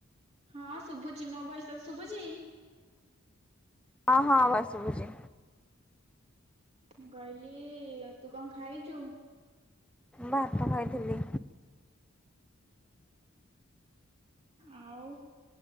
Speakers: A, on the right (about 30°); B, in the centre.
A: ହଁ ଶୁଭୁଛି ମୋ ଭୟସ ଶୁଭୁଛି।
B: ହଁ ହଁ ଭୟେସ ସୁଭୁଛି।
A: ମୁଁ କହିଲି ତୁ କଣ ଖାଇଛୁ।
B: ଭାତ ଖାଇଥିଲି।
A: ଆଉ